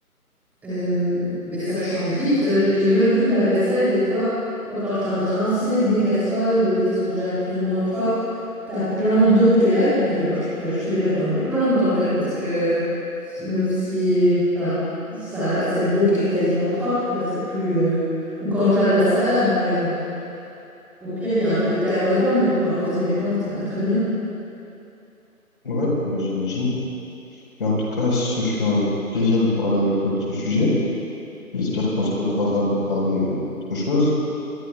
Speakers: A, in the centre; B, on the left.
A: Euh, mais ça change vite. hein. J'ai même vu que la vaisselle, des fois, quand tu es en train de rincer des casseroles ou qu'elles sont déjà plus ou moins propres, tu as plein d'eau qui est là. Puis je me dis, ben, je pourrais juste les mettre dans mes plantes, en fait, parce que même si, enfin, ça, c'est de l'eau qui est quasiment propre, là, c'est plus... euh, Ou quand je lave la salade, par exemple. Au pire, il y a un peu de terre dedans, mais pour arroser mes plantes, ça va très bien.
B: Ouais, bah, j'imagine. Mais en tout cas, ce fut un plaisir de parler avec toi de ce sujet. J'espère qu'on se recroisera pour parler euh, d'autres choses,